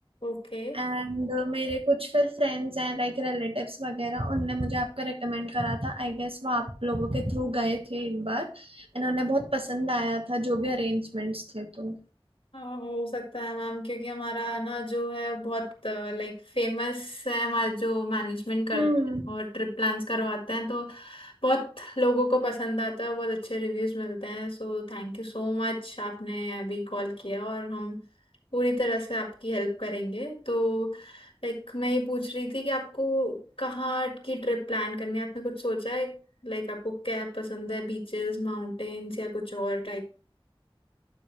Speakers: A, on the left; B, on the right.
A: ओके
B: एंड मेरे कुछ फिर फ्रेंड्स एंड लाइक रिलेटिव्स वगैरह उनने मुझे आपका रिकमेंड करा था आई गेस वो आप लोगों के थ्रू गए थे एक बार इन्होंने बहुत पसंद आया था जो भी अरेंजमेंट्स थे तो
A: हाँ, हो सकता है मैम क्योंकि हमारा ना जो है बहुत लाइक फेमस है हमारा जो मैनेजमेंट करते
B: हम्म
A: हैं और ट्रिप प्लान्स करवाते हैं तो बहुत लोगों को पसंद आता है बहुत अच्छे रिव्यूज मिलते हैं So thank you so much आपने अभी कॉल किया और हम पूरी तरह से आपकी हेल्प करेंगे तो लाइक मैं ये पूछ रही थी कि आपको कहाँ की ट्रिप प्लान करनी है आपने कुछ सोचा है लाइक आपको क्या पसंद है बीचेस माउंटेन्स या कुछ और